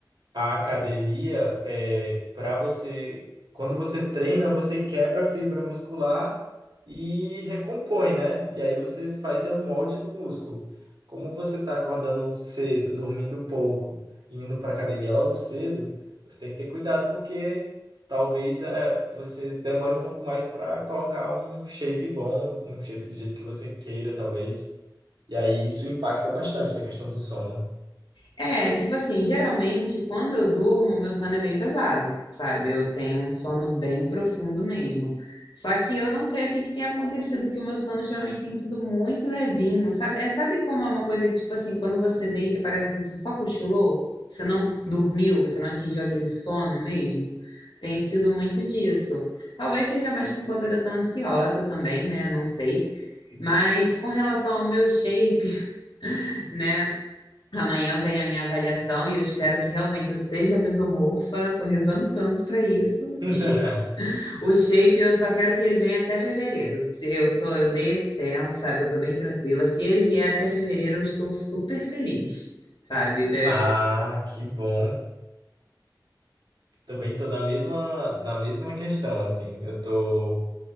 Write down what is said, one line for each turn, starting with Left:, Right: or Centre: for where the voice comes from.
Right: a academia é para você, quando você treina, você quebra a fibra muscular e recompõe, né? E aí você faz é um molde do músculo. Como você está acordando cedo, dormindo pouco, e indo para academia logo cedo, você tem que ter cuidado porque talvez eh, você demore um pouco mais para colocar um shape bom, um shape do jeito que você queira, talvez. E aí isso impacta bastante na questão do sono.
Left: É, tipo assim, geralmente quando eu durmo, meu sono é bem pesado, sabe? Eu tenho um sono bem profundo mesmo. Só que eu não sei o que que tem acontecido, que o meu sono ultimamente tem sido muito levinho, sabe? É, sabe como é uma coisa que, tipo assim, quando você deita e parece que você só cochilou, você não dormiu, você não atingiu aquele sono mesmo? Tem sido muito disso. Talvez seja mais por conta de eu estar ansiosa também, né? Não sei. Mas com relação ao meu shape, <laughs> né? Amanhã vem a minha avaliação e eu espero que realmente eu seja mesomorfa. Tô rezando tanto para isso.
Right: <laughs>
Left: E o shape eu só quero que ele venha até fevereiro. Se eu tô, eu dei esse tempo, sabe? Eu tô bem tranquila. Se ele vier até fevereiro, eu estou super feliz, sabe? Então, eu-
Right: Ah, que bom. Também tô na mesma, na mesma questão, assim. Eu tô,